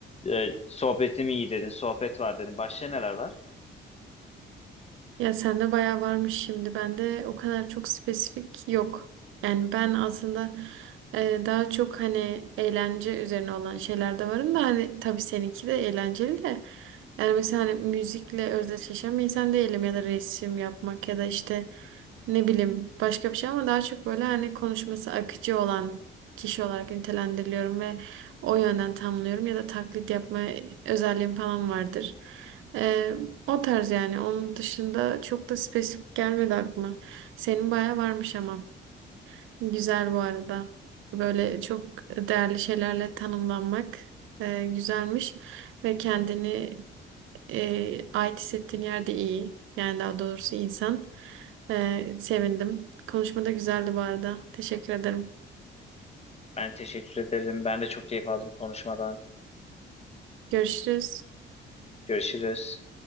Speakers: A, on the left; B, on the right.
A: e, sohbetim iyi dedin, sohbet var dedin. Başka neler var?
B: Ya sende bayağı varmış şimdi. Bende o kadar çok spesifik yok. Yani ben aslında e, daha çok hani eğlence üzerine olan şeylerde varım da hani tabii seninki de eğlenceli de. Yani mesela hani müzikle özdeşleşen bir insan değilim ya da resim yapmak ya da işte ne bileyim başka bir şey ama daha çok böyle hani konuşması akıcı olan kişi olarak nitelendiriliyorum ve o yönden tamlıyorum ya da taklit yapma özelliğim falan vardır. E, o tarz yani. Onun dışında çok da spesifik gelmedi aklıma. Senin bayağı varmış ama. Güzel bu arada. Böyle çok değerli şeylerle tanımlanmak e, güzelmiş. Ve kendini e, ait hissettiğin yerde iyi. Yani daha doğrusu insan. E, sevindim. Konuşma da güzeldi bu arada. Teşekkür ederim.
A: Ben teşekkür ederim. Ben de çok keyif aldım konuşmadan.
B: Görüşürüz.
A: Görüşürüz.